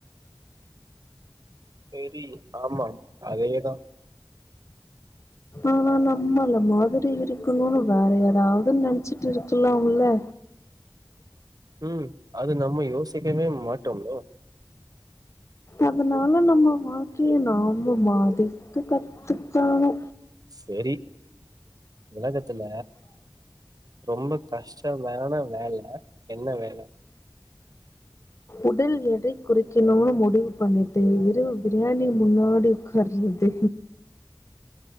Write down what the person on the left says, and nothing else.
ஆனா நம்மள மாதிரி இருக்கணோனு வேற யாராவது நெனச்சிட்டு இருக்கலால
அதனால நம்ம வாழ்க்கைய நாம மாதிக்க கத்துக்கணோ
உடல் எடை குறைக்கணோனு முடிவு பண்ணிட்டு இரவு பிரியாணி முன்னாடி உக்காறது